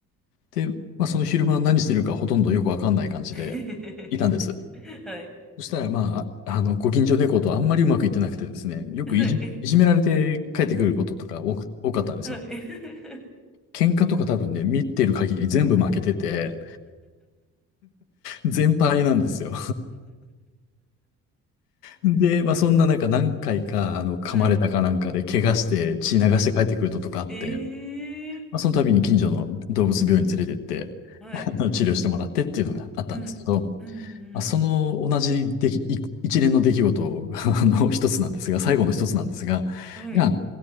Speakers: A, on the left (about 85°); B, in the centre.
A: で、まあ、その昼間何してるかほとんどよくわかんない感じで
B: <laughs>
A: いたんです。
B: はい、
A: そしたら、まあ、ああの、ご近所猫とあんまりうまくいってなくてですね、よくいじ、
B: はい、
A: いじめられて帰ってくることとか多く、多かったんですよ。
B: はい。
A: 喧嘩とか多分ね、見てる限り全部負けてて、全敗なんですよ。で、まあ、そんな中何回か、あの、噛まれたかなんかで、
B: はい、
A: 怪我して血流して帰ってくることとかあって、
B: うん。ええ
A: まあ、その度に近所の動物病院に連れてって、
B: ー、はい、
A: あの、治療してもらってっていうのがあったんですけど、
B: うん、うん、
A: まあ、
B: うん、
A: その同じでき、い一連の出来事あの一つなんですが、最後の一つなんですが、
B: うん、はい。
A: が、